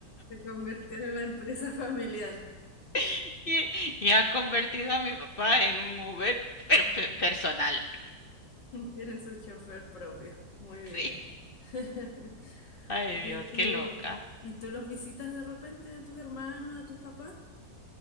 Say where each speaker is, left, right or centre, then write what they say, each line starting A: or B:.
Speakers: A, on the left; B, on the left.
A: Se convirtió en una empresa familiar.
B: <laughs> y, y ha convertido a mi papá en un Uber pero
A: <laughs>
B: pe- personal.
A: Tiene su chofer propio. Muy
B: Sí.
A: bien. <laughs>
B: Ay
A: Oye,
B: Dios,
A: ¿y tú,
B: qué loca.
A: y tú los visitas de repente a tus hermanos, a tus papás?